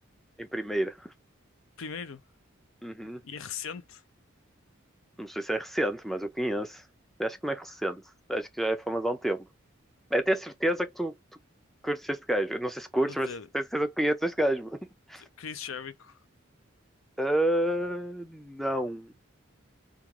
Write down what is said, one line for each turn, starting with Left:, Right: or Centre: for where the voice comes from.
Centre: Em primeira.
Left: Primeiro,
Centre: Uhum.
Left: e é recente.
Centre: Não sei se é recente, mas eu conheço. Acho que não é recente. Acho que já é famoso há um tempo. É até certeza que tu, tu curtes este gajo. Eu não sei se curtes,
Left: E vou dizer,
Centre: mas tenho certeza que conheces este gajo, mano. <laughs>
Left: Chris Jericho.
Centre: Ah, não.